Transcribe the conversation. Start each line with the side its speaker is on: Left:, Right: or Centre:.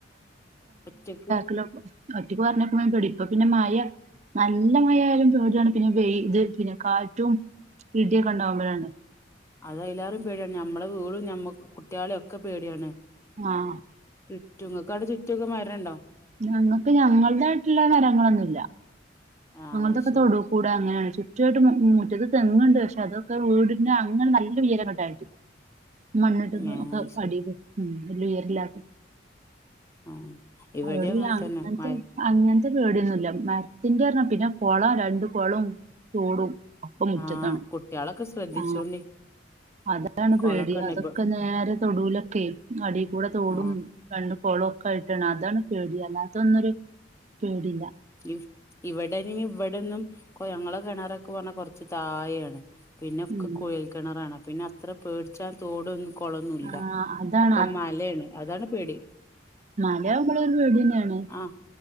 Left: ഒറ്റക്ക്
Right: ഹലോ. ഒറ്റക്ക് പറഞ്ഞയക്കണേ പേടി. ഇപ്പ പിന്ന മഴ നല്ല മഴയാലും പേടി ആണ്. പിന്നെ വെയ് ത് പിന്നെ കാറ്റും ഇടിയൊക്ക ഇണ്ടാവുമ്പഴാണ്.
Left: അതിഅയിലാരിം പേടിയാണ്. ഞമ്മള വീടും ഞമ്മക്ക്‌ കുട്ടികളെ ഒക്കെ പേടിയാണ്.
Right: ആഹ്
Left: ചുറ്റും ഇങ്ങക്കവ്ട ചുറ്റു ഒക്കെ മരണ്ടോ?
Right: ഞങ്ങക്ക് ഞങ്ങൾതായ്ട്ടുള്ള മരങ്ങളൊന്നുല്ല.
Left: ആഹ്
Right: ഞങ്ങൾതൊക്ക
Left: അയ്ശരി
Right: തൊടു കൂട അങ്ങനാണ്. ചുറ്റു ആയ്ട്ട് മു മുറ്റത്ത് തെങ്ങ്ണ്ട് പക്ഷെ അതൊക്ക വീട്ന്റ അങ്ങ്ന നല്ല ഉയരങ്ങെട്ടായ്ട്ട്ല്ല. മണ്ണിട്ട്ന്ന്
Left: ഏഹ്
Right: ഒക്ക
Left: അയ്ശരി
Right: അടീല് ഉം വല്യ ഉയരെല്ലാത്തത്.
Left: ആഹ് ഇവിടെ
Right: അയോണ്ട് പിന്നെ
Left: അങ്ങനെ തന്നെ
Right: അങ്ങൻത്തെ
Left: മഴ
Right: അങ്ങൻത്തെ പേടിയൊന്നുല്ല. മര്ത്തിന്റ പറഞ്ഞാ പിന്നെ കൊളാ. രണ്ട് കൊളും തോടും. ഒക്കെ മുറ്റത്താണ്
Left: ആഹ് കുട്ട്യാളെക്ക ശ്രദ്ധിച്ചോണ്ടി.
Right: ആ അതാണ്
Left: കൊളൊക്കെ
Right: പേടി
Left: ഉണ്ട്
Right: അതൊക്ക
Left: ഇപ്പൊ
Right: നേരെ തൊടൂലൊക്കെ അടീക്കൂടെ തോടും.
Left: ആഹ്
Right: രണ്ട് കൊളും ഒക്കായ്ട്ടാണ്. അതാണ് പേടി. അല്ലാത്തൊ ഒന്നൊര് പേടില്ല.
Left: ഇവ് ഇവടെങ്ങ്ന് ഇവടെന്നും കൊ ഞങ്ങളെ കെണറൊക്ക പറഞ്ഞാ കൊറച്ച് തായേണ്. പിന്ന ഒക്ക
Right: ഉം
Left: കുയൽക്കിണറാണ് അപിന്ന അത്ര പേട്ച്ചാൻ തോടൊന്നും കൊളൊന്നുല്ല.
Right: ആ അതാണ്
Left: ഒക്ക മലേണ് അതാണ് പേടി.
Right: മലയാവുമ്പളും ഒര് പേട്യെന്നേണ്.
Left: ആഹ്